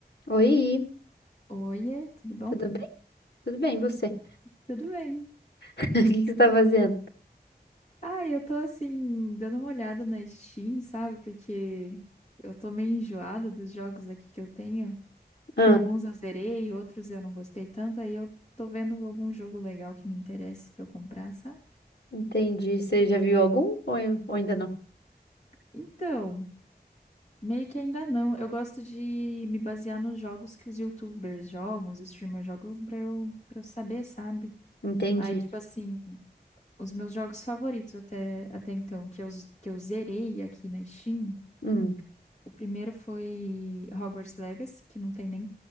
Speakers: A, on the left; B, on the left.
A: Oi,
B: Oiê, tudo bom?
A: tudo bem? Tudo bem, e você?
B: Tudo bem.
A: <laughs> O que que você tá fazendo?
B: Ah, eu tô assim, dando uma olhada na Steam, sabe? Porque eu tô meio enjoada dos jogos aqui que eu tenho,
A: Ah,
B: que alguns eu zerei, outros eu não gostei tanto, aí eu tô vendo algum jogo legal que me interesse pra eu comprar, sabe?
A: entendi. Você já viu algum ou, ou ainda não?
B: Então, meio que ainda não. Eu gosto de me basear nos jogos que os YouTubers jogam, os streamers jogam, pra eu, pra eu saber, sabe?
A: Entendi.
B: Aí, tipo assim, os meus jogos favoritos até, até então, que eu, que eu zerei aqui na Steam.
A: Hum,
B: O primeiro foi Hogwarts Legacy, que não tem nem,